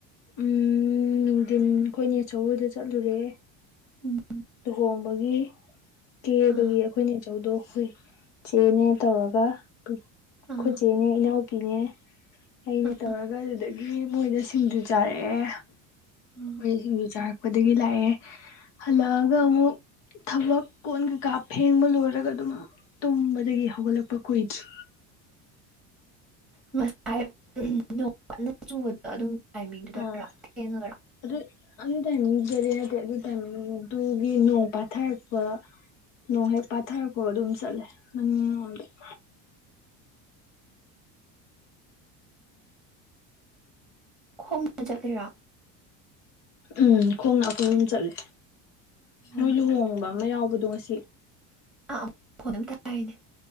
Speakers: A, on the left (about 85°); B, in the centre.
A: ꯅꯨꯡꯊꯤꯟ ꯑꯩꯈꯣꯏꯅꯦ ꯑꯆꯧꯕꯣꯏꯗ ꯆꯠꯂꯨꯔꯦ
B: ꯎꯝ
A: ꯂꯨꯍꯣꯡꯕꯒꯤ ꯀꯦꯕꯒꯤ
B: ꯑꯥ
A: ꯑꯩꯈꯣꯏꯅꯆꯧꯗꯣ ꯑꯩꯈꯣꯏ ꯏꯆꯦꯅꯦ ꯇꯧꯔꯒ ꯑꯩ ꯑꯩꯈꯣꯏ
B: ꯑꯥ
A: ꯆꯦꯅꯦ ꯏꯅꯥꯎꯄꯤꯅꯦ ꯑꯩꯅ
B: ꯑꯥ
A: ꯇꯧꯔꯒ ꯑꯗꯨꯗꯒꯤ ꯃꯣꯏꯗ ꯁꯤꯡꯖꯨ ꯆꯥꯔꯛꯑꯦ
B: ꯎꯝ
A: ꯃꯣꯏꯗ ꯁꯤꯡꯖꯨ ꯆꯥꯔꯛꯄ ꯄꯗꯒꯤ ꯂꯥꯛꯑꯦ ꯍꯜꯂꯛꯑꯒ ꯑꯃꯨꯛ ꯊꯕꯛ ꯀꯣꯟ ꯀꯩꯀꯥ ꯐꯦꯡꯕ ꯂꯣꯏꯔꯒ ꯑꯗꯨꯝ ꯇꯨꯝꯕꯗꯥꯒꯤ ꯍꯧꯒꯠꯂꯛꯄ ꯀꯨꯏꯗ꯭ꯔꯤ
B: ꯑꯝ ꯉꯁꯥꯏ ꯅꯣꯡ ꯀꯟꯅ ꯆꯨꯕꯗꯣ ꯑꯗꯨꯝ ꯇꯥꯏꯃꯤꯡꯗꯨꯗꯔꯣ
A: ꯑꯥ
B: ꯊꯦꯡꯉꯒꯔꯣ
A: ꯑꯗꯨ ꯑꯗꯨꯗꯥꯅꯤ ꯑꯗꯨꯗꯗꯤ ꯅꯠꯇꯦ ꯑꯗꯨꯏ ꯇꯥꯏꯃꯤꯡ ꯑꯗꯨꯒꯤ ꯅꯣꯡ ꯄꯊꯥꯔꯛꯄ ꯅꯣꯡ ꯍꯦꯛ ꯄꯥꯊꯔꯛꯄꯥꯒ ꯑꯗꯨꯝ ꯆꯠꯂꯦ ꯃꯅꯤꯡꯂꯣꯝꯗ <inaudible>
B: ꯈꯣꯡꯅ ꯆꯠꯂꯤꯔꯥ
A: ꯑꯝ ꯈꯣꯡꯅ ꯑꯈꯣꯏ ꯑꯗꯨꯝ ꯆꯠꯂꯦ
B: ꯎꯝ
A: ꯃꯣꯏ ꯂꯨꯍꯣꯡꯕ ꯑꯃꯥ ꯌꯥꯎꯕ ꯄꯨꯗꯣꯏꯁꯤ
B: ꯑꯥ ꯃꯈꯣꯟ ꯑꯃꯥ ꯇꯥꯏꯅꯦ